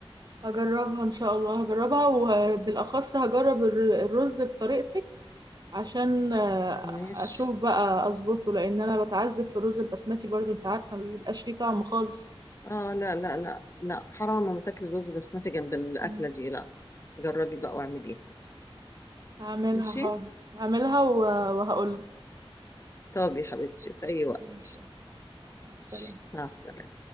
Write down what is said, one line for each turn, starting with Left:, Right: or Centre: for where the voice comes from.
Right: هجربها إن شاء الله هجربها وبالأخص هجرب الر- الرز بطريقتك عشان آه،
Left: ماشي
Right: أشوف بقى أظبطه لأن أنا بتعذب في الرز البسمتي برضو أنت عارفة ما بيبقاش ليه طعم خالص
Left: آه لا لا لا لا حرام ما تاكلي الرز بسمتي جنب الأكلة
Right: مم.
Left: دي لا جربي بقى واعمليها
Right: هعملها
Left: ماشي
Right: حاضر هعملها وهقول
Left: طب يا حبيبتي في أي وقت
Right: ماشي مع السلامة
Left: ماشي مع السلامة